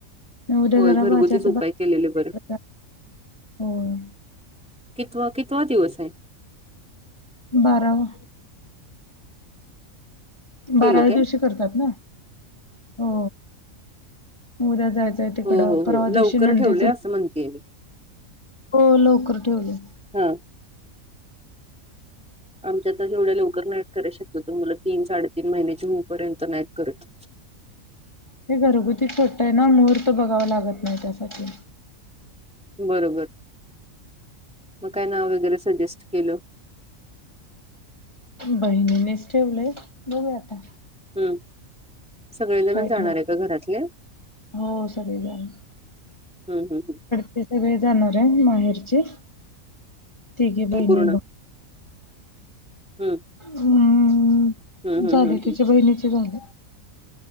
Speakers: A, on the left; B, in the centre.
A: उद्या
B: होय
A: जरा
B: घरगुतीच
A: भाच्याचं
B: उपाय
A: भात
B: केलेले बर
A: होय
B: कितवा कितवा दिवस आहे?
A: बारावा बाराव्या
B: केले काय?
A: दिवशी करतात ना, हो उद्या जायचं. तिकड
B: हो हो
A: परवा
B: हो
A: दिवशी
B: लवकर
A: नंदे
B: ठेवले असं म्हणतेय मी
A: हो लवकर ठेवले
B: हा आमच्या आता एवढ्या लवकर नाहीत शक्यतो मुल तीन साडेतीन महिन्याची पर्यंत नाही करत.
A: हे घरगुती खटत आहे ना मुहूर्त बघावं लागत नाही त्यासाठी
B: बरोबर, मग काय नाव वगैरे सजेस्ट केलं
A: बहिणीनेच ठेवलंय बघू आता
B: हम्म सगळेजण
A: काय
B: जाणार
A: ठेवते.
B: आहे का घरातले
A: हो सगळेजण
B: हं हं हं
A: ते सगळे जाणार आहे माहेरचे तिघी बहिणी
B: पूर्ण
A: बघ
B: हम्म
A: हम्
B: हम्म हम्म
A: झाले
B: हम्म
A: तिच्या बहिणीचे झाले